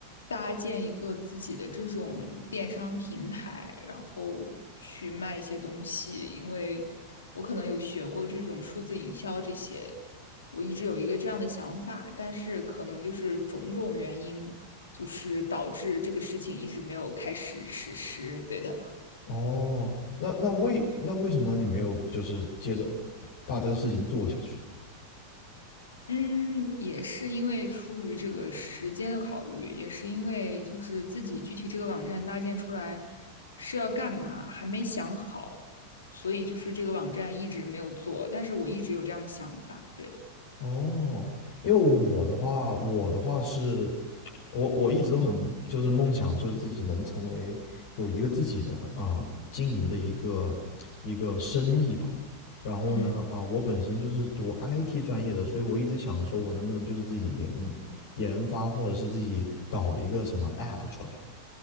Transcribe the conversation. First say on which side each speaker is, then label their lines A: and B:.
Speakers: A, on the left; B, on the left.
A: 搭建一个自己的这种电商平台，然后去卖一些东西，因为我可能有学过这种数字营销这些，我一直有一个这样的想法，但是可能就是种种原因，就是导致这个事情一直没有开始实施。对的。
B: 哦，那那为那为什么你没有就是接着把这个事情做下去啊？
A: 嗯，也是因为出于这个时间的考虑，也是因为就是自己具体这个网站搭建出来是要干嘛，还没想好，所以就是这个网站一直没有做，但是我一直有这样的想法，对，
B: 哦，因为我的话，我的话是，我我一直都很就是梦想，就是自己能成为有一个自己的啊、经营的一个一个生意吧。然后呢，
A: 嗯
B: 啊、我本身就是读 IT 专业的，所以我一直想着说我能不能就是自己研研发，或者是自己搞一个什么 app 出来。